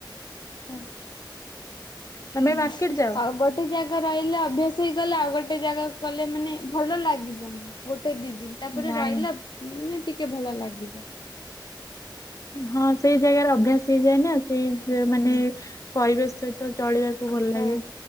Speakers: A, on the left; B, on the left.
A: ହୁଁ
B: ତମେ
A: ହ
B: ମାର୍କେଟ ଯାଅ
A: ଆଉ ବ। ଗୋଟେ ଜାଗା ରହିଲେ ଅଭ୍ୟାସ ହେଇଗଲେ ଆଉ ଗୋଟେ ଜାଗା ଗଲେ ମାନେ ଭଲ ଲାଗିବନି। ଗୋଟେ ଦି ଦିନ ତାପରେ
B: ନାଇଁ
A: ରହିଲା ମାନେ ଟିକେ ଭଲ ଲାଗିବ।
B: ହଁ ସେଇ ଜାଗାରେ ଅଭ୍ୟାସ ହେଇଯାଏ ନା ସେଇ
A: ହୁଁ
B: ମାନେ ପରିବେଶ ସହିତ ଚଳିବାକୁ। ଭଲ
A: ହଁ।
B: ଲାଗେ